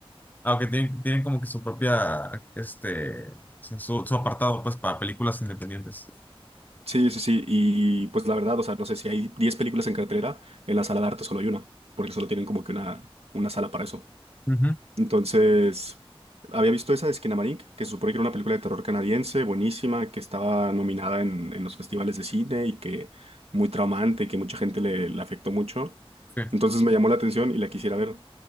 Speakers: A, on the left; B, on the right.
A: Aunque tienen, tienen como que su propia, este, o sea, su, su apartado, pues, para películas independientes.
B: Sí, sí, sí. Y pues la verdad, o sea, no sé si hay 10 películas en cartelera, en la sala de arte solo hay una, porque solo tienen como que una, una sala para eso.
A: Ujú,
B: Entonces, había visto esa de Skinamarink, que se supone que era una película de terror canadiense, buenísima, que estaba nominada en, en los festivales de cine y que muy traumante, que mucha gente le, le afectó mucho.
A: sí.
B: Entonces me llamó la atención y la quisiera ver.